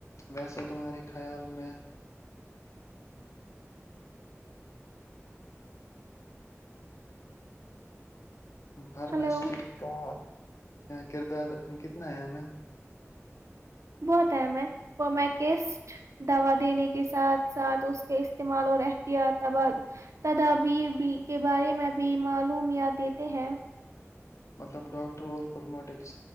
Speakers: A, on the left; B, on the right.
A: ویسے تمہارے خیال میں فارمسٹ
B: ہلو
A: کا کردار کتنا ہے ہمیں
B: بہت اہم ہے فرماکسٹ دوا دینے ساتھ ساتھ اس کے استعمال اور احتیاط تبد تدب بییر بی کے بارے میں بھی معلومیات دیتے ہیں
A: مطلب ڈاکٹر اور پرموٹکس